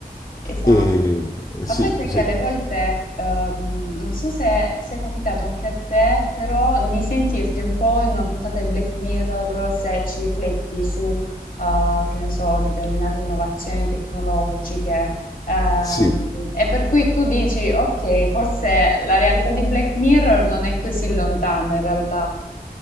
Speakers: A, on the left; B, on the left.
A: Esatto.
B: E sì,
A: Ma poi sai
B: sì,
A: che alle volte, ehm, non so se sia capitato anche a te, però di sentirti un po' in una puntata di Black Mirror se ci rifletti su, eh, che ne so, determinate innovazioni tecnologiche. ehm,
B: sì,
A: e per cui tu dici, ok, forse la realtà di Black Mirror non è così lontana in realtà.